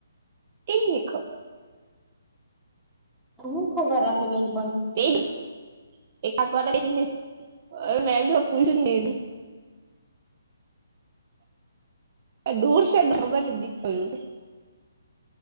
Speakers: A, on the right; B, in the centre.
A: તેજ ની ખબર
B: હું ખબર રાખલી
A: <unintelligible> મેં તો પૂયછું જ ની ડૂર છે <unintelligible>